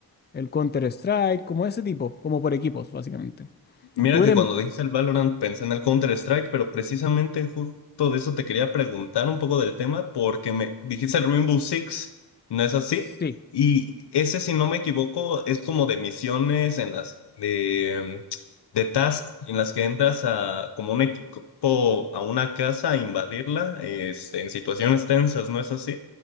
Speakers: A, on the left; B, on the left.
A: el Counter Strike, como ese tipo, como por equipos, básicamente.
B: Mira
A: Tú
B: que
A: eres,
B: cuando dijiste el Valorant pensé en el Counter-Strike, pero precisamente justo de eso te quería preguntar un poco del tema, porque me dijiste el Rainbow Six, ¿no es así?
A: sí.
B: Y ese, si no me equivoco, es como de misiones en las de, de tasks en las que entras a como un equipo a una casa a invadirla, este, en situaciones tensas, ¿no es así?